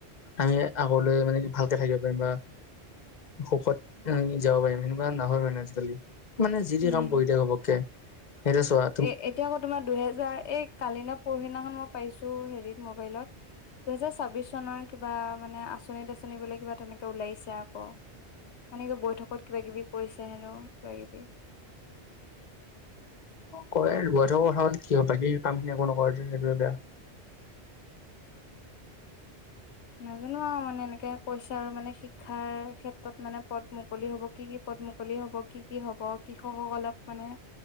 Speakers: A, on the left; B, on the left.
A: আমিহে আগলৈ মানে ভালকে থাকিব পাৰিম বা সুখত আমি যাব পাৰিম সেনেকুৱা নহয় মানে আজিকালি মানে যি টি
B: উম
A: কাম কৰি দিয়া হব নিজৰ চোৱা।
B: এ এতিয়া আকৌ তোমাৰ দুহেজাৰ এই কালিনা পৰহিনাখন মই পাইছো হেৰিত মোবাইলত। দুহেজাৰ ছাব্বিশ চনৰে কিবা মানে আঁচনি - দাচনি বোলে কিবা তেনেকে ওলাইছে আকৌ। মানে কি বৈঠকত কিবা কিবি কৰিছে হেনো কিবা কিবি।
A: কয় বৈঠকত কথা হল কি হয় বাকী কামখিনি একো নকৰে যে সেইটোৱে বেয়া।
B: নাজানো আৰু মানে এনেকে কৈছে আৰু মানে শিক্ষাৰ ক্ষেত্ৰত মানে পদ মুকলি হ'ব কি কি পদ মুকলি হ'ব, কি কি হ'ব কৃষকসকলক অলপ মানে